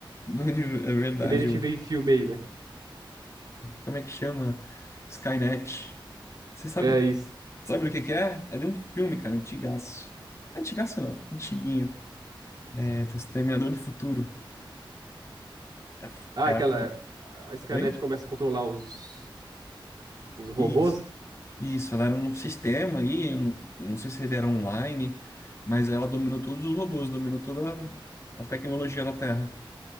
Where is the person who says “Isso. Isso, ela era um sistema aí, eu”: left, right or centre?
Left